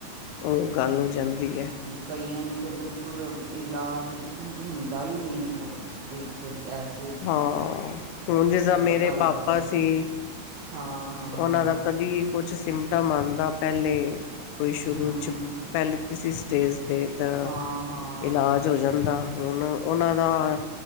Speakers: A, on the left (about 90°); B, on the right (about 55°).
A: ਉਹ ਗੱਲ ਹੋ ਜਾਂਦੀ ਹੈ
B: ਕਈਆਂ ਨੂੰ ਤਾਂ ਬਿਲਕੁਲ ਇਲਾਜ ਹੁੰਦਾ ਹੀ ਨਹੀਂ ਬਈ ਕੋਈ ਐਸ
A: ਹਾਂ ਹੁਣ ਜਿਸਦਾ ਮੇਰੇ
B: ਪਤਾ ਲੱਗਦਾ
A: ਪਾਪਾ ਸੀ
B: ਹਾਂ, ਹਾਂ,
A: ਉਹਨਾਂ ਦਾ ਕਦੀ ਕੁਛ ਸਿੰਮਟਮ ਆਉਂਦਾ ਪਹਿਲੇ ਕੋਈ ਸ਼ੁਰੂ
B: ਹੂੰ,
A: 'ਚ ਪਹਿਲ ਕਿਸੀ ਸਟੇਜ 'ਤੇ ਤਾਂ
B: ਹਾਂ, ਹਾਂ।
A: ਇਲਾਜ ਹੋ ਜਾਂਦਾ ਹੁਣ ਉਹਨਾਂ ਦਾ